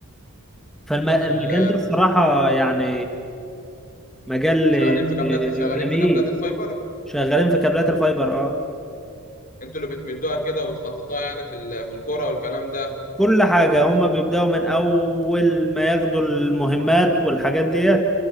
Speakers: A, in the centre; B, on the left.
A: فالمجال
B: ال-
A: ده الصراحة يعني مجال
B: شغالين
A: آه،
B: في كابلات شغالين
A: جميل
B: في كابلات الفايبر
A: شغالين في كابلات الفايبر اه
B: انتوا اللي بتمدوها كده وبتخططوها يعني في ال... في الكوره والكلام ده
A: كل حاجة هم بيبدأوا من أول ما ياخدوا المهمات والحاجات ديت